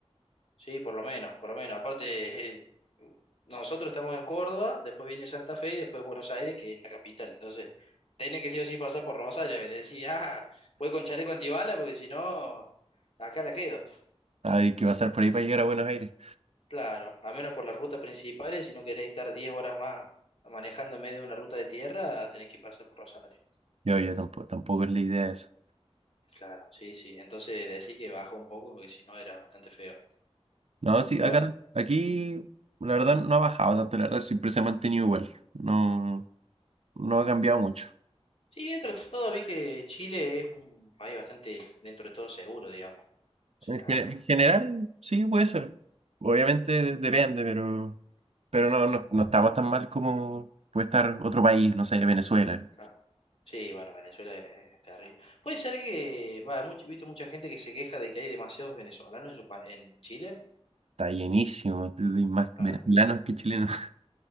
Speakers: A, on the left; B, on the right.
A: Sí, por lo menos, por lo menos. Aparte, <laughs> eh, nosotros estamos en Córdoba, después viene Santa Fe y después Buenos Aires, que es la capital. Entonces, tenía que sí o sí pasar por Buenos Aires. Decía, ah, voy con chaleco antibala porque si no, acá la quedo.
B: Hay que pasar por ahí para llegar a Buenos Aires.
A: Claro, al menos por las rutas principales, si no querés estar 10 horas más manejando en medio de una ruta de tierra, tenés que pasar por Rosario.
B: Yo, yo tampoco, tampoco es la idea eso.
A: Claro, sí, sí. Entonces, decí que bajó un poco porque si no, era bastante feo.
B: No, sí,
A: Pero
B: acá,
A: bueno,
B: aquí, la verdad no ha bajado tanto, la verdad siempre se ha mantenido igual. No, no ha cambiado mucho.
A: sí, dentro de todo vi que Chile es un país bastante, dentro de todo, seguro, digamos. O sea,
B: En, gen- en general, sí, puede ser. Obviamente depende, pero, pero no, no, no estamos tan mal como puede estar otro país, no sé, Venezuela.
A: claro. Sí, bueno, Venezuela es terrible. Puede ser que, va, hay much- viste mucha gente que se queja de que hay demasiados venezolanos en su pa- en Chile,
B: Está llenísimo, hay más
A: claro.
B: venezolanos que chilenos. <laughs>